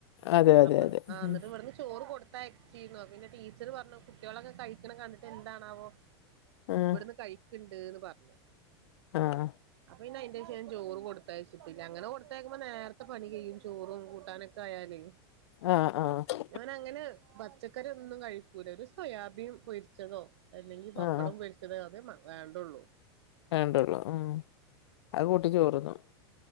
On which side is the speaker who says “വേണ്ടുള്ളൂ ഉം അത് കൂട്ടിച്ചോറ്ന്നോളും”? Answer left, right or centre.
Left